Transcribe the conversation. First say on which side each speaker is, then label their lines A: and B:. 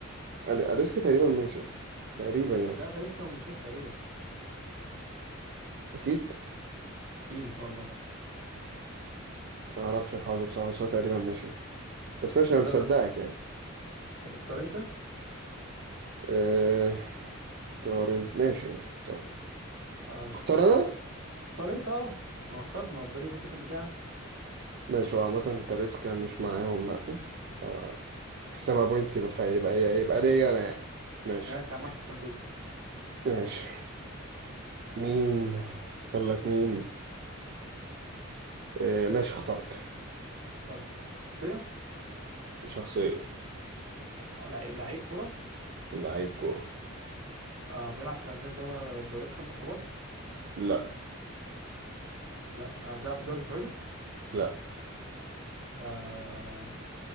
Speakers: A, on the right; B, on the right.
A: أل- اليسكا تقريبا ماشي تقريبا يعني
B: لا تاليسكا ما مشاش تقريبا
A: اكيد
B: اكيد ان شاء الله
A: ما اعرفش الحوار ده بصراحة بس هو تقريبا ماشي بس ماشي
B: طب
A: انا مصدقك
B: يلا
A: يعني
B: طب اختار انت
A: آه... طار ماشي ماشي طار
B: آه شخصية
A: اختار انا
B: اختار انت اه ما انا اخترت ما الدوري اللي فات ده كان بتاعنا
A: ماشي هو عامة انت ريسكا مش معاهم لا آه، حسابها بوينت يبقى فيبقى يبقى يبقى ليا انا يعني ماشي
B: ماشي يا عم في الصندوق
A: ماشي مين اختار لك مين آه ماشي اخترت
B: اخترت شخصية
A: شخصية
B: آه، لعيب لعيب كرة
A: لعيب كورة
B: آه بيلعب في الأندية الدوري الدوريات الخمسة الكبار
A: لا
B: لا آه بيلعب في الدوري السعودي
A: لا
B: آه